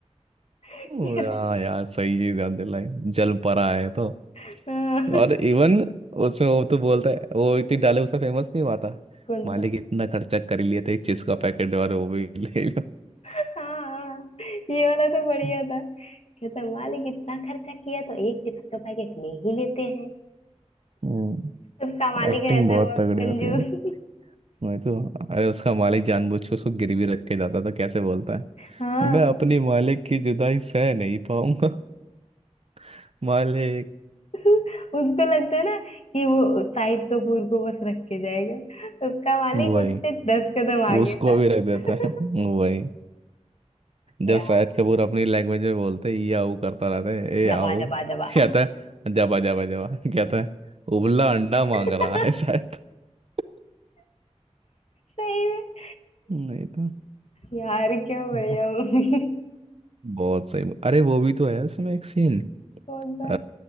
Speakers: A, on the left; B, on the right.
A: <laughs>
B: हाँ यार सही चीज याद दिलाई जल परा है तो
A: हाँ,
B: और इवन उसमें वो तो बोलता है वो इतनी डाले उसका फेमस नहीं हुआ था
A: कौन
B: मालिक
A: सा
B: इतना खर्चा कर लिए थे एक चिप्स का पैकेट और वो भी ले लो
A: हाँ ये वाला तो बढ़िया
B: <laughs>
A: था कहता मालिक इतना खर्चा किया तो एक चिप्स का पैकेट ले ही लेते हैं
B: हम्म।
A: उसका मालिक
B: एक्टिंग
A: रहता
B: बहुत
A: है वो
B: तगड़ी
A: कंजूस
B: होती है मैं तो अरे उसका मालिक जानबूझ के उसको गिरवी रख के जाता था कैसे बोलता है
A: हाँ
B: मैं अपने मालिक की जुदाई सह नहीं पाऊंगा <laughs> मालिक
A: <laughs> उसको लगता है ना कि वो शाहिद कपूर को बस रख के जाएगा उसका मालिक
B: वही
A: उससे दस कदम आगे
B: उसको
A: था
B: भी रख देता
A: <laughs>
B: है वही
A: यार
B: जब शाहिद कपूर अपनी लैंग्वेज में बोलते ये आओ करता रहता है ए
A: जबा
B: आओ
A: जबा
B: <laughs>
A: जबा
B: कहता है जाबा जाबा जाबा <laughs> कहता है उबला अंडा
A: <laughs> सही
B: मांग रहा है शायद <laughs>
A: में
B: नहीं तो
A: यार क्या बढ़िया
B: वो-
A: मूवी
B: बहुत सही अरे वो भी तो है उसमें एक सीन
A: कौन सा
B: अ,